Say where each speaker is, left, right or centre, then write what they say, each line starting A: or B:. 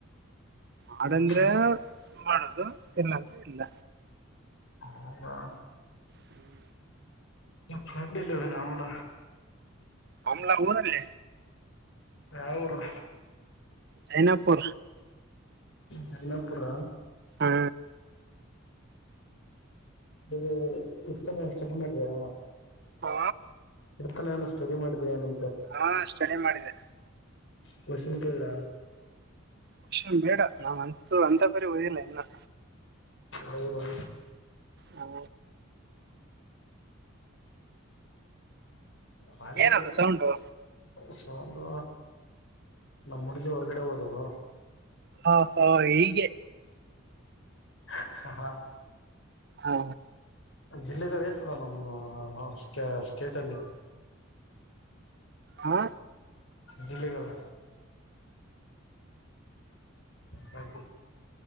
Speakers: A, on the right; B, on the left.
A: ಮಾಡಂದ್ರೆ
B: ನಮ್ ಫ್ರೆಂಡ್
A: ಮಾಡೋದು ಇಲ್ಲಂದ್ರೆ ಇಲ್ಲ
B: ಹಾ
A: ಹೂ
B: ನಿಮ್ ಫ್ರೆಂಡ್ ಇಲ್ಲಿ ಹೋಗಿದಾನೆ ಅವುಲ
A: ಹಮ್ಲ ಊರಲ್ಲಿ
B: ಯಾವ ಊರು
A: ಜೈನಾಪು
B: ಜೈನಾಪುರ
A: ಹಾ
B: ಇ ಉಡ್ಕೊಂಡಪ್ಪ ಮಾಡಿದಯ
A: ಹಾ
B: ಇರ್ತಾನ ನಾನು ಸ್ಟಡಿ ಮಾಡಿದೆೆ ಏನ
A: ಹಾ ಸ್ಟಡಿ ಮಾಡಿದೆ
B: ಕ್ವೆಶ್ಚನ್ ಕೇಳ
A: ತಕ್ಷನ್ ಬೇಡ ನಾವ್ ಅಂತೂ ಅಂತ ಬರಿ ಓದಿಲ್ಲ ಇನ್ನು
B: ಹೌದಾ
A: ಹೌ
B: ವಾಲ್ ಜಗ
A: ಏನದು ಸೌಂಡು
B: ಸೊ ಒಂದು ನಮ್ಮ ಹುಡ್ಗಿ ಹೊರಗಡೆ ಹೋದಲ್
A: ಹಾ ಹಾ ಹೀಗೆ
B: ಹ ಹಾ
A: ಹೌ
B: ಜಿಲ್ಲೆಗಳು ಎೇಸದ ನಮ್ಟ ಸ್ಟೇಟ್ ಅಲ್ಲಿ
A: ಹಾ
B: ಜಿಲ್ಲೆಗಳು ರ್